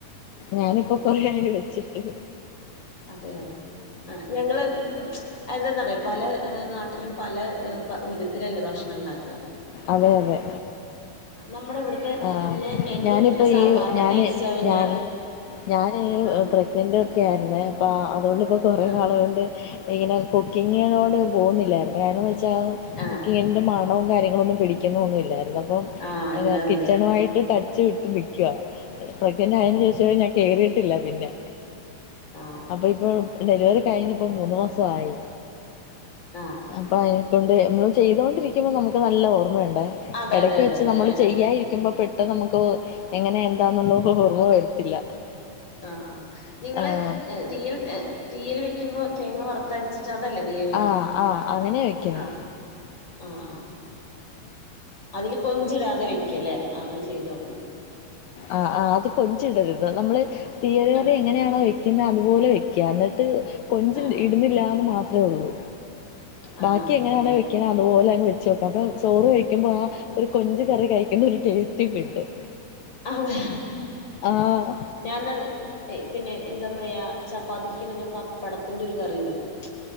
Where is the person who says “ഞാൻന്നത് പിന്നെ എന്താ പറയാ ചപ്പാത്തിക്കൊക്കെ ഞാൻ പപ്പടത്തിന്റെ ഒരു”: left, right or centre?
Left